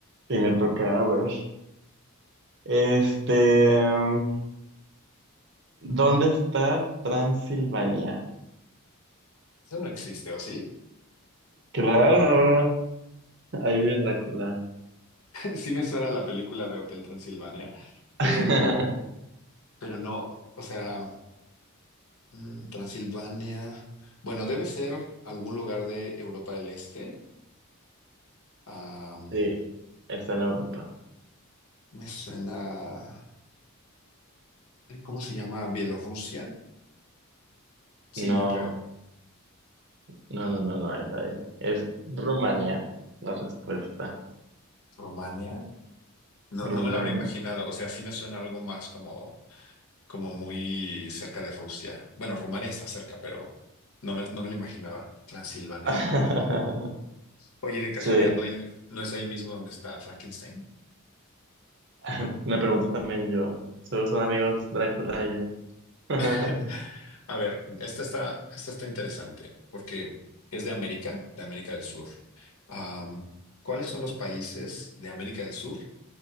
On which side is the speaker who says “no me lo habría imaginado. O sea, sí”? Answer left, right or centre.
Left